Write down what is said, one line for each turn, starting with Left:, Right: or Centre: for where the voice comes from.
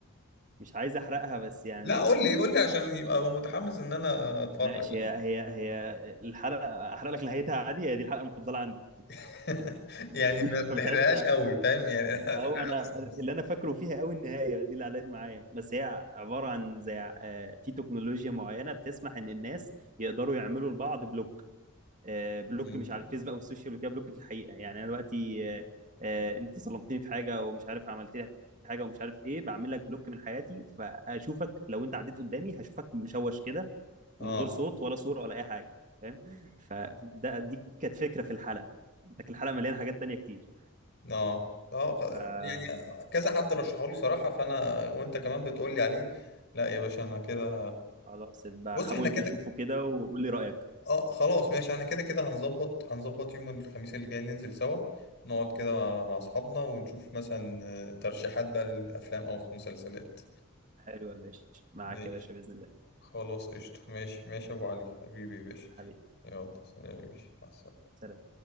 Right: مش عايز احرقها بس يعني
Left: لا قول لي قول لي عشان يبقى أبقى متحمس إن أنا أتفرج
Right: ماشي
Left: يعني
Right: هي هي هي الحلقه احرق لك نهايتها عادي هي دي الحلقه المفضله عندي
Left: <laughs> يعني
Right: <laughs>
Left: ما ما
Right: فمش
Left: تحرقهاش
Right: عايز احرقها
Left: قوي فاهم يعني <laughs> احرقها
Right: ما هو انا
Left: بس نص
Right: اللي انا فاكره فيها قوي النهايه دي اللي علقت معايا بس هي عباره عن زي آه، في تكنولوجيا معينه بتسمح ان الناس يقدروا يعملوا لبعض بلوك آه، بلوك
Left: مم.
Right: مش على الفيسبوك او السوشيال ميديا بلوك في الحقيقه يعني انا دلوقتي آه، آه، انت ظلمتني في حاجه او مش عارف عملت لي حاجه ومش عارف ايه بعمل لك بلوك من حياتي فاشوفك لو انت عديت قدامي هشوفك مشوش كده
Left: أه
Right: ومن غير صوت ولا صوره ولا اي حاجه فاهم فده دي كانت فكره في الحلقه لكن الحلقه مليانه حاجات تانيه كتير
Left: أه اه خ-
Right: ف
Left: يعني كذا حد رشحولي صراحة فانا وانت كمان بتقولي عليه لا يا باشا انا كده
Right: خلاص يبقى
Left: بص
Right: حاول
Left: احنا كده
Right: تشوفه كده وقول لي رأيك
Left: اه خلاص ماشي احنا كده كده هنظبط هنظبط يوم الخميس اللي جاي ننزل سوا نقعد كده مع مع اصحابنا ونشوف مثلا آه، ترشيحات بقى للافلام او مسلسلات
Right: حلو يا باشا معاك
Left: ماشي
Right: يا باشا بإذن الله
Left: خلاص قشطة ماشي ماشي يا ابو علي حبيبي يا باشا
Right: حبيبي
Left: يلا سلام يا باشا مع السلامة
Right: سلام